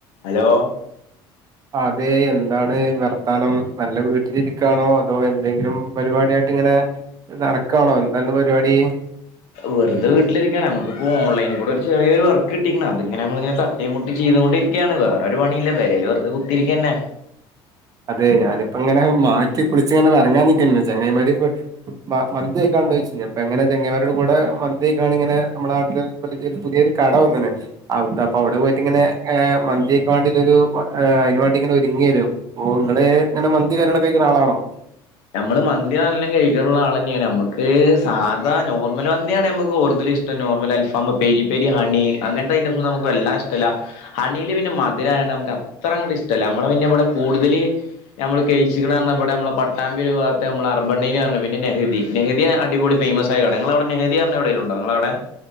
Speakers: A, on the left; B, on the right.
A: Hello
B: അതെ എന്താണ് വർത്താനം നല്ല വീട്ടിലിരിക്കാണോ അതോ എന്തെങ്കിലും പരിപാടായിട്ട് ഇങ്ങനെ നടക്കാനോ ന്താഅന്റെ പരിപാടി
A: വെറുത വീട്ടിരിക്കാണ് നമുക്കിപ്പോ ഓൺലൈൻ കൂടെ ചെറിയ വർക്ക് കിട്ടിക്കാന് അത്ങ്ങന നമ്മളിങ്ങനെ തട്ടി മുട്ടി ചെയ്തുകൊണ്ടരിക്കയാണ് വേറെരു പണിയില്ല പേരെല് വെറുതെ കുത്തിരിക്കുകന്നെ
B: അതെ ഞാനിപ്പ ഇങ്ങനെ മാറ്റി കുളിച്ച് ഇങ്ങനെ ഇറങ്ങാൻ നിൽക്കന്ന് ചങ്ങൈമാരി ഇപ്പ മന്തിക്കാണ്ട ചോദിച്ച അപ്പ എങ്ങനെ ചെങ്ങായിമാരുടെ കൂടെ മന്തിയക്കാണ് ഇങ്ങനെ നമ്മുടെ നാട്ടില് പുതിയൊരു കട വന്നണ് അ അപ്പൊ അവടെ പോയിട്ട്ങ്ങനെ എ മന്തിക്ക് വാണ്ടിന്റൊരു അയ്ന് വാണ്ടിങ്ങനെ ഒരുങ്യേനു ഓ ഇങ്ങള് ങ്ങനെ മന്തി നല്ലോണം കയിക്ക്ണ ആളാണോ
A: ഞമ്മള് മന്തി നല്ലം കെയ്ക്ക്ള്ളാളെന്നേണ് ഞമ്മക്ക് സാധാ നോർമൽ മന്തിയാണ് ഞമ്മക്ക് കൂടുതലിഷ് ടം നോർമൽ അൽഫാം പെരി പെരി ഹണി അങ്ങൻത്തെ ഐറ്റംസൊന്നും നമ്മക്ക് വെല്ലാതെ ഇഷ്ടല്ല ഹണില് പിന്നെ മധുരായോണ്ട് നമ്മക്ക് അത്ര അങ്ങട്ട് ഇഷ്ടല്ല നമ്മളെ പിന്നെ ഇവടെ കൂടുതല് ഞമ്മള് കെയ്ച്ച്ക്കണ്‌ പർഞ്ഞാ ഇവടെ ഞമ്മളെ പട്ട് പട്ടാമ്പൊരു ഭാഗത്ത് നമ്മളെ <unintelligible> പിന്നെ നെഹ്ദി നെഹ്ദി അടിപൊളി ഫെയ്മസായ കടേ ഇങ്ങളവടെ നെഹ്ദി പർഞത് എവടേങ്കിലു പ്പങ്ങളവടെ